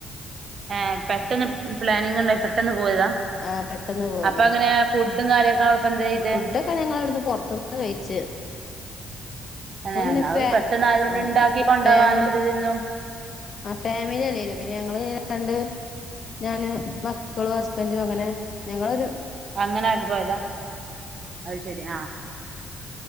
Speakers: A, on the right (about 50°); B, on the left (about 50°).
A: ഏ പെട്ടെന്ന് പ്ലാനിങ് ഇണ്ടായി പെട്ടന്ന് പോയതാ
B: ആഹ് പെട്ടന്ന് പോയതിന്
A: അപ്പൊ അങ്ങനെ ഫുഡും കാര്യൊക്കെ ഇപ്പ എന്ത ചെയ്ത്
B: ഫുഡൊക്കെ ഞങ്ങവിടുന്ന് പുറത്തന്ന് കഴിച്ച്
A: തന്നെ
B: പിന്നെ
A: അത് പെട്ടെന്ന് ആയതുകൊണ്ട്
B: ആ
A: ഉണ്ടാക്കി കൊണ്ടോവാനും
B: ഫാമിലി
A: ഒരു ഇതിന്നും
B: ആ ഫാമിലി അല്ലേനു പിന്നെ ഞങ്ങള് രണ്ട് ഞാന് മക്കളും ഹസ്ബന്റ്അങ്ങനെ ഞങ്ങളരു
A: അങ്ങനെ ആയിട്ട് പോയതാ അത് ശെരി. ആ